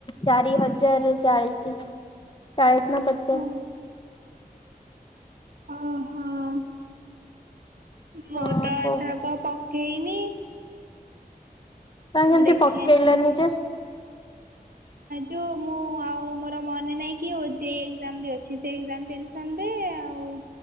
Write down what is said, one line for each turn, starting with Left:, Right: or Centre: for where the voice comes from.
Left: ଚାରି ହଜାର ଚାଳିଶ। ଚାଳି ନମସ୍କାର।
Right: ଓ ଓହୋ। ମୁଁ
Left: ହଁ
Right: ତ
Left: କ
Right: ଏଥରକ ପକେଇନି।
Left: ତମେ କେମିତି
Right: ଦେଖେ
Left: ପକେଇଲନି
Right: ଆସନ୍ତି।
Left: ଯେ
Right: ଯୋଉ ମୁଁ ଆଉ ମୋର ମନେ ନାଇଁ କି ଓ ଜେ ଇ ଏକ୍ଜାମ ବି ଅଛି ସେଇ ଟେନ୍ <unintelligible> ଆଉ